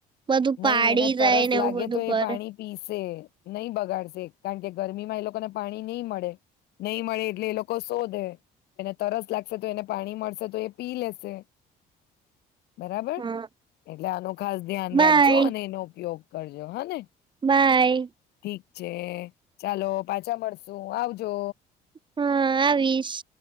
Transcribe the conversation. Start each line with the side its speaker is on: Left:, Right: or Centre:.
Right: બધું
Left: નહી
Right: પાડી
Left: એને
Right: જાય
Left: તરસ
Right: ને એવું
Left: લાગે
Right: બધું
Left: તો
Right: કર
Left: એ પાણી પીસે. નહીં બગાડશે કારણ કે ગરમીમાં એ લોકોને પાણી નહીં મળે, નહી મળે એટલે એ લોકો શોધે, એને તરસ લાગશે તો એને પાણી મળશે તો એ પી લેશે. બરાબર?
Right: હા
Left: એટલે આનું ખાસ ધ્યાન
Right: બાય
Left: રાખજે હો અને એનો ઉપયોગ કરજે, હો ને?
Right: બાય.
Left: ઠીક છે. ચાલો પાછા મળશું, આવજો.
Right: હા આવીશ